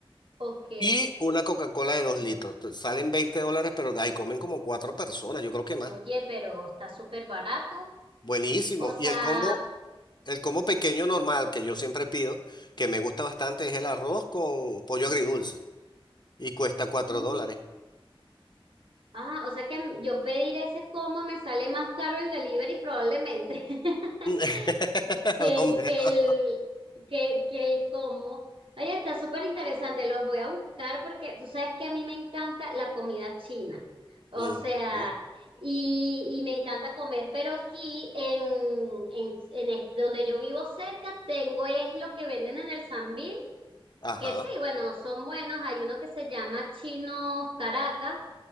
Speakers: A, on the right; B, on the left.
A: ok.
B: Y una Coca-Cola de dos litros. Te- Salen 20 dólares, pero ahí comen como cuatro personas, yo creo que más.
A: Oye, pero está súper barato.
B: Buenísimo.
A: O sea,
B: Y el combo, el combo pequeño normal que yo siempre pido, que me gusta bastante, es el arroz con pollo agridulce. Y cuesta cuatro
A: mm,
B: dólares.
A: ah, o sea que yo pedir ese como me sale más caro el delivery probablemente. <laughs>
B: <laughs>
A: que,
B: A lo mejor.
A: que el, que, que el cómo. Oye, está súper interesante, los voy a buscar porque tú sabes que a mí me encanta la comida china. O
B: Ujú.
A: sea, y, y me encanta comer, pero aquí en, en, en es- donde yo vivo cerca tengo es lo que venden en el Sambil,
B: Ajá.
A: que sí, bueno, son buenos. Hay uno que se llama Chinos Caracas,